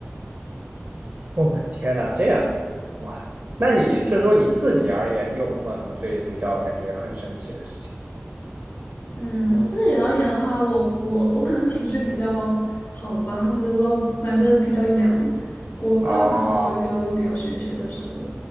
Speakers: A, on the right (about 55°); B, on the left (about 65°).
A: 哦，天哪，这样哇！那你就说你自己而言，你有碰到什么最比较感觉很神奇的事情？
B: 嗯，我自己而言的话，我我我可能体质比较好吧，或者说反正比较阳，我个人是没有遇到过比较玄学的事的。
A: 啊？